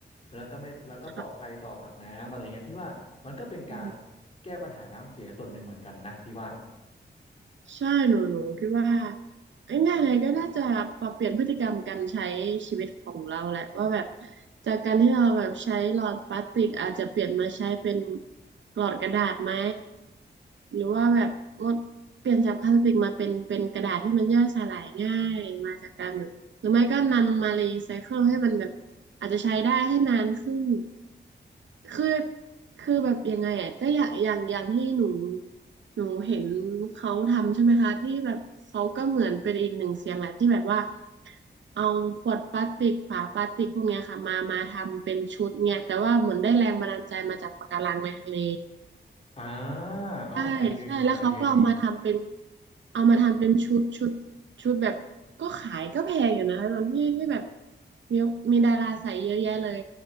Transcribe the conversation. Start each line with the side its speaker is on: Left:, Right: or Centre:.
Left: แล้วก็ไม่แล้วก็ปลอดภัยต่อสัตว์น้ำอะไรเงี้ยพี่ว่า
Right: ค่
Left: มันก็เป็นการ
Right: ะ
Left: แก้ปัญหาน้ำเสียส่วนหนึ่งเหมือนกันนะพี่ว่า
Right: ใช่หนูหนูคิดว่าง่ายๆเลยก็น่าจะปรับเปลี่ยนพฤติกรรมการใช้ชีวิตของเราแหละว่าแบบจากการที่เราแบบใช้หลอดพลาสติกอาจจะเปลี่ยนมาใช้เป็นหลอดกระดาษไหมหรือว่าแบบงดเปลี่ยนจากพลาสติกมาเป็นเป็นกระดาษที่มันย่อยสลายง่ายมาจากการแบบ หรือไม่ก็นำมารีไซเคิลให้มันแบบอาจจะใช้ได้ให้นานขึ้น คือคือแบบยังไงอ่ะก็อย่างอย่างอย่างที่หนูหนูเห็นเขาทำใช่ไหมคะที่แบบเขาก็เหมือนเป็นอีกหนึ่งเสียงแหละที่แบบว่าเอาขวดพลาสติกฝาพลาสติกพวกเนี้ยค่ะมามาทำเป็นชุดเนี่ยแต่ว่าเหมือนได้แรงบันดาลใจมาจากปะการังในทะเล
Left: อ่าอ่าไอเดียดีครับไอเดียดี
Right: ใช่ใช่แล้วเขาก็เอามาทำเป็นเอามาทำเป็นชุดชุดชุดแบบก็ขายก็แพงอยู่นะตอนที่ที่แบบมีมีดาราใส่เยอะแยะเลย